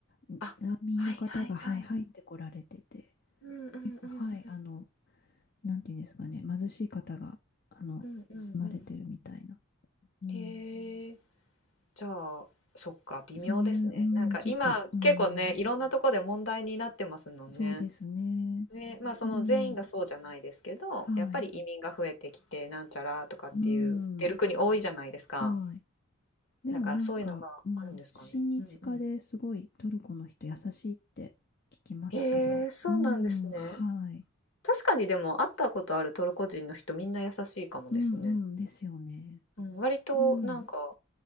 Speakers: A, on the left; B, on the left.
A: う、
B: あ、
A: 難民の方が、
B: はいはいはい。
A: はい、入ってこられてて、
B: うんうんうんうん
A: 結構、はい、あの、なんていうんですかね、貧しい方が、あの、
B: うんうんうんうん。
A: 住まれてるみたいな。うん、
B: へえ、じゃあ、そっか、微妙ですね。
A: そういう、うん、
B: なんか今、
A: ちょっと、うん、
B: 結構ね、いろんなとこで問題になってますもんね。
A: そうですね。
B: ね、まあその全員がそうじゃないですけど、
A: うん、はい。
B: やっぱり移民が増えてきて、なんちゃらとかっていう、
A: うん、
B: 出る国多いじゃないですか。
A: はい。でもなんか、
B: だからそういうのがあるんですかね。
A: うん、親日家ですごいトルコの人優しいって聞きますけど、
B: うんうん。へえ、そうなんですね。
A: うん、はい。
B: 確かにでも会ったことあるトルコ人の人みんな優しいかもですね。
A: うん、うん、ですよね。
B: うん、割となんか
A: うん、